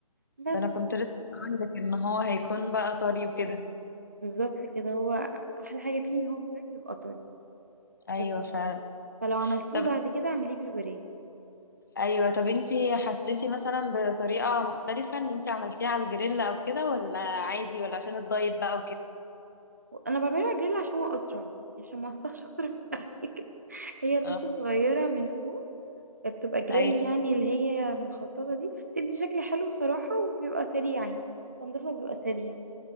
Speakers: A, on the right; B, on the left.
A: بس
B: ده انا كنت لسه عندك ان هو هيكون بقى طري وكده
A: بالظبط كده هو احلى حاجة فيه ان هو بالوراك بيبقى طري
B: ايوه
A: بس
B: فعلا
A: فلو عملتيه
B: طب
A: بعد كده اعمليه بالوراك
B: ايوه طب انتي حسيتي مثلا بطريقه مختلفه ان انتي عملتيها على الجريل او كده ولا عادي ولا عشان الدايت بقى
A: انا بعمله على الجريل عشان هو اسرع عشان ما اوسخش اكتر من حاجة <laughs> هي طاسة
B: وكده
A: صغيرة من فوق بتبقى جريل
B: ايوه
A: يعني اللي هي مخططة دي بتدي شكل حلو صراحة وبيبقى سريع يعني تنظيفها بيبقى سريع